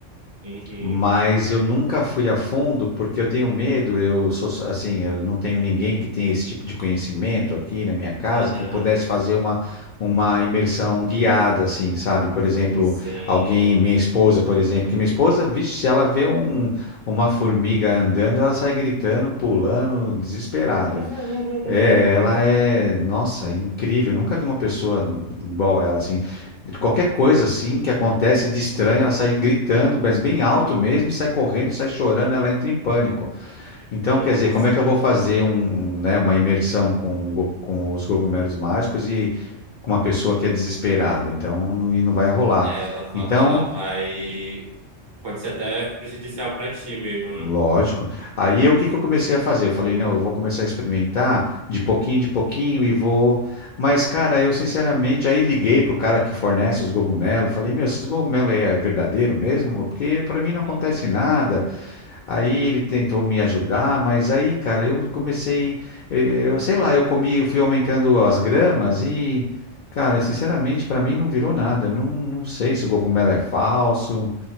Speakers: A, on the right (about 30°); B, on the left (about 60°).
A: Uhum,
B: mas eu nunca fui a fundo porque eu tenho medo. Eu sou assim, eu não tenho ninguém que tenha esse tipo de conhecimento aqui na minha casa
A: aham,
B: que pudesse fazer uma, uma imersão guiada, assim, sabe? Por exemplo,
A: sim.
B: alguém, minha esposa, por exemplo, que minha esposa, vixe, se ela vê um, uma formiga andando, ela sai gritando, pulando, desesperada.
A: <laughs>
B: É, ela é, nossa, é incrível. Eu nunca vi uma pessoa igual ela, assim. Qualquer coisa, assim, que acontece de estranho, ela sai gritando, mas bem alto mesmo, e sai correndo, sai chorando, ela entra em pânico. Então,
A: Nossa.
B: quer dizer, como é que eu vou fazer um, um, né, uma imersão com, go- com os cogumelos mágicos e com uma pessoa que é desesperada? Então, não, e não vai rolar.
A: É, ela, va-
B: Então,
A: ela vai. Pode ser até prejudicial pra ti mesmo, né?
B: Lógico. Aí o que que eu comecei a fazer? Eu falei, não, eu vou começar a experimentar de pouquinho, de pouquinho e vou. Mas, cara, eu sinceramente aí liguei pro cara que fornece os cogumelos, falei, meu, esses cogumelos é verdadeiro mesmo? Porque para mim não acontece
A: <laughs>
B: nada. Aí ele tentou me ajudar, mas aí, cara, eu comecei, eh, eu sei lá, eu comi, eu fui aumentando as gramas e, cara, sinceramente, para mim não virou nada. Não, não sei se o cogumelo é falso.